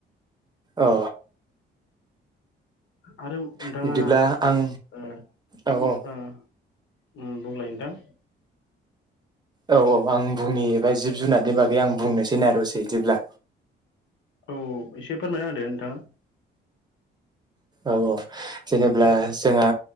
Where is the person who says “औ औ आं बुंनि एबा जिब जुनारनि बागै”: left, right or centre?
Right